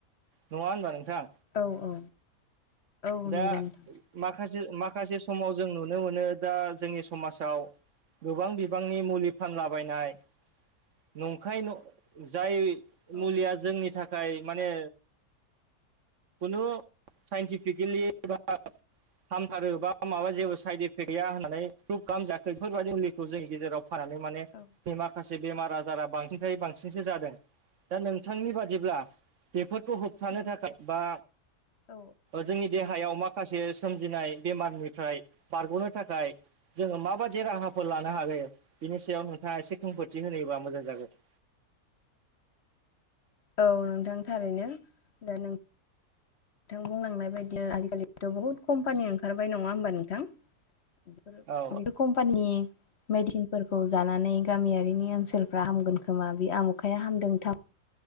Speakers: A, on the right; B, on the left.
A: नङा होनबा नोंथां।
B: औ औ औ
A: दा
B: नंगौ नोंथां
A: माखासे माखासे समाव जों नुनो मोनो दा जोंनि समाजाव गोबां बिबांनि मुलि फानलाबायनाय न खाय जाय
B: औ
A: मुलिया जोंनि थाखाय माने खुनु साइन्टिफिकेलि <unintelligible> हामथारो बा माबा जेबो साइड इफेक्ट गैया होननानै प्रुभ खालामजाखै बेफोरबायदि मुलिखौ जोंनि गेजेराव फानानै माने
B: औ
A: बे माखासे बेमार आजारा बां निफ्राय बांसिनसो जादों दा नोंथांनि बादिब्ला बेफोरखौ थानो
B: नंगौ
A: थाखाय बा
B: औ
A: जोंनि देहायाव माखासे सोमजिनाय बेमारनिफ्राय बारग'नो थाखाय जोङो माबायदि राहाफोर लानो हागायो बिनि सायाव नोंथाङा एसे खोंफोरथि होनयोबा मोजां जागोन।
B: औ नोंथां थारैनो दा नों थां बुंलांनाय बायदिया आजिखालिथ' बहुत कम्पानि ओंखारबाय नङा होमबा नोंथां। बेफोर
A: औ
B: कम्पानि मेडिसिनफोरखौ जानानै गामियारिनि ओनसोलफ्रा हामगोन खोमा बे आमुखाया हामदों थाम